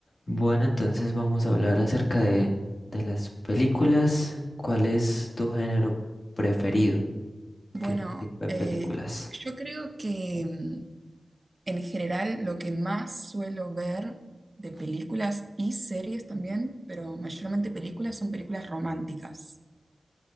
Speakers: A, on the left; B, on the right.
A: Bueno, entonces vamos a hablar acerca de, de las películas. ¿Cuál es tu género preferido?
B: Bueno,
A: ¿Qué tipo de
B: eh,
A: películas?
B: yo creo que mm, en general lo que más suelo ver de películas y series también, pero mayormente películas, son películas románticas.